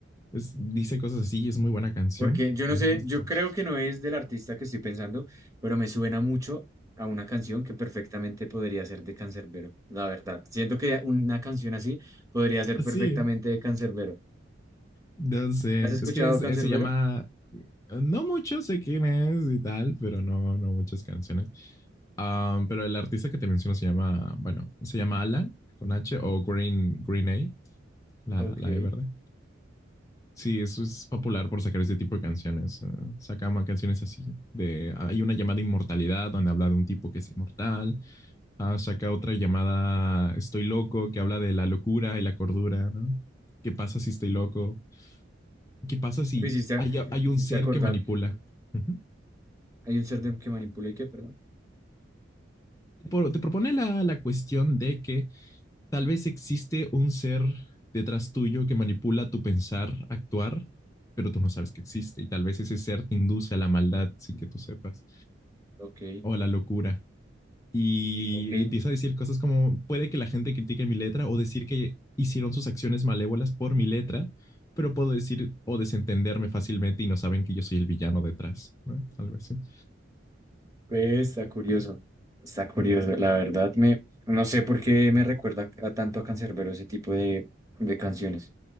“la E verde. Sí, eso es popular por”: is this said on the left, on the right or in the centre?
Left